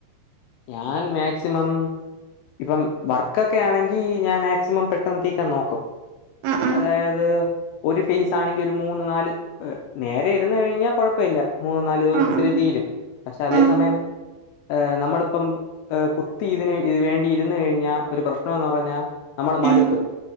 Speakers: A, on the left; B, on the right.
A: ഞാൻ മാക്സിമം ഇപ്പം വർക്കൊക്കെ ആണെങ്കി ഞാൻ മാക്സിമം പെട്ടെന്ന് തീക്കാൻ നോക്കും
B: ആഹ് ആഹ്
A: അതായത് ഒരു ഫെയ്സ് ആണെങ്കിൽ ഒരു മൂന്ന് നാല് നേരെ ഇരുന്ന് കഴിഞ്ഞാൽ കൊഴപ്പമില്ല മൂന്ന് നാല് ദിവസത്തിൽ
B: ആഹ്
A: തീരും പക്ഷെ അതേ
B: ആഹ്
A: സമയംഹ് നമ്മൾ ഇപ്പം കുത്തി ഇതിന് ഇത് വേണ്ടി ഇരുന്ന് കഴിഞ്ഞാ ഒരു പ്രശ്നോന്ന് പറഞ്ഞാ ഇപ്പം നമ്മൾ മടുക്കും
B: ഉം